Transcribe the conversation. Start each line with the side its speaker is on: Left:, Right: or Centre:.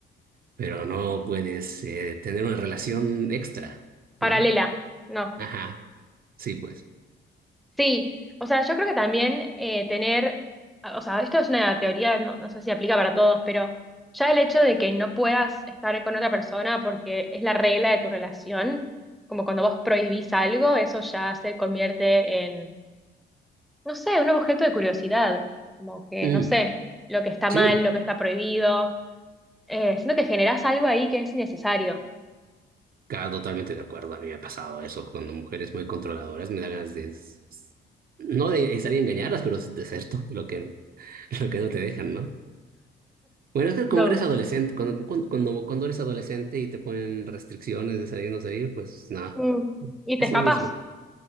Right: pero no puedes eh, tener una relación extra,
Centre: Paralela,
Right: ¿no?
Centre: no.
Right: Ajá, sí, pues.
Centre: Sí, o sea, yo creo que también eh, tener, o sea, esto es una teoría, no, no sé si aplica para todos, pero ya el hecho de que no puedas estar con otra persona porque es la regla de tu relación, como cuando vos prohibís algo, eso ya se convierte en, no sé, un objeto de curiosidad, como que,
Right: Mm,
Centre: no sé, lo que está
Right: Sí,
Centre: mal, lo que está prohibido, eh, siento que generás algo ahí que es innecesario.
Right: Claro, totalmente de acuerdo. A mí me ha pasado eso. Cuando mujeres muy controladoras me dan ganas de, s- s- no de salir a engañarlas, pero de ser todo lo que, <laughs> lo que no te dejan, ¿no? Bueno, es que como
Centre: No.
Right: eres adolescente, cuando, cuando, cuando cuando eres adolescente y te ponen restricciones de salir o no salir, pues nada,
Centre: Mm. Y
Right: es
Centre: te escapas.
Right: lo mismo.